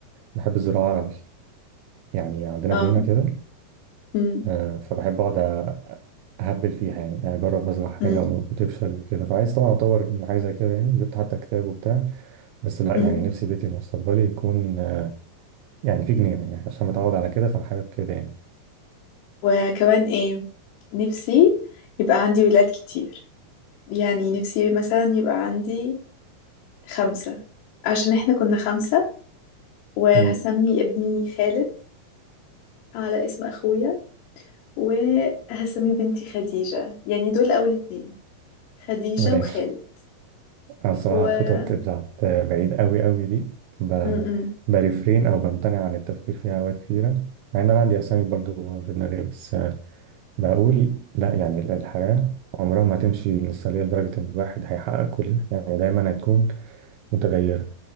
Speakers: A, on the right; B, on the left.
A: بحب الزراعة أوي يعني عندنا
B: اه
A: جنينة كده
B: أم،
A: آه، فبحب أقعد أ- أهبل فيها يعني آه، أجرب أزرع حاجة
B: أم،
A: وتفشل وكده فعايز طبعا أطور من حاجة زي كده يعني جبت حتى كتاب وبتاع بس لا
B: أم.
A: يعني نفسي بيتي المستقبلي يكون آه، يعني في جنينة يعني عشان متعود على كده فحابب كده يعني
B: وكمان ايه نفسي يبقى عندي ولاد كتير يعني نفسي مثلا يبقى عندي خمسة عشان احنا كنا خمسة وهسمي
A: مم.
B: ابني خالد على اسم اخويا وهسمي بنتي خديجة يعني دول اول اتنين خديجة
A: أيوة
B: وخالد
A: أنا الصراحة
B: و
A: الخطط بتاعت بعيد أوي أوي دي ب...
B: أم، أم.
A: بريفرين أو بمتنع عن التفكير فيها أوقات كتيرة مع إن أنا عندي أسامي برضو في دماغي بس بقول لا يعني الحياة عمرها ما هتمشي مثالية لدرجة إن الواحد هيحقق كل يعني دايما هتكون متغيرة